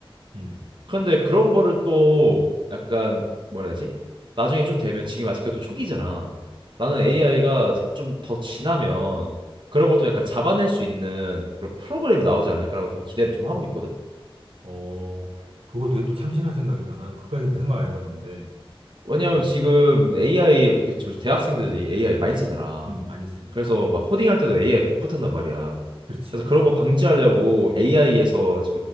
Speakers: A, on the right; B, on the right.
A: 음,
B: 근데 그런 거를 또 약간 뭐라 해야 되지? 나중에 좀 되면 지금 아직 그것도 초기잖아. 나는 AI가 좀 더 지나면 그런 것도 약간 잡아낼 수 있는 그런 프로그램이 나오지 않을까라고 또 기대를 좀 하고 있거든.
A: 어, 그거 되게 또 참신한 생각이다. 나는 그까지도
B: 음.
A: 생각 안 해봤는데,
B: 왜냐하면
A: 음,
B: 지금 AI 그저 대학생들이 AI 많이 쓰잖아.
A: 음, 많이 쓰지.
B: 그래서 막 코딩할 때도 AI 복붙한단 말이야.
A: 그렇지,
B: 그래서
A: 맞아.
B: 그런 거 방지하려고 AI에서